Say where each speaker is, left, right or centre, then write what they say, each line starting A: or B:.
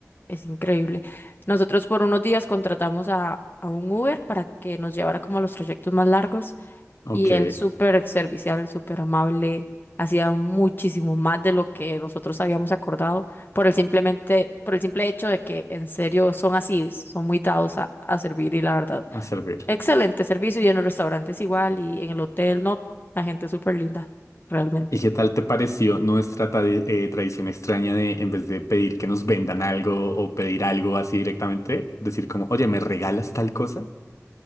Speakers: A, on the left (about 40°); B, on the left (about 70°).
A: Es increíble. Nosotros por unos días contratamos a, a un Uber para que nos llevara como a los trayectos más largos
B: Ok,
A: y él súper servicial, súper amable, hacía muchísimo más de lo que nosotros habíamos acordado por el simplemente, por el simple hecho de que en serio son así, son muy dados a, a servir y la verdad,
B: a servir.
A: excelente servicio y en los restaurantes igual y en el hotel, no, la gente es súper linda, realmente.
B: ¿Y qué tal te pareció nuestra tra- eh, tradición extraña de, en vez de pedir que nos vendan algo o pedir algo así directamente, decir como, oye, ¿me regalas tal cosa?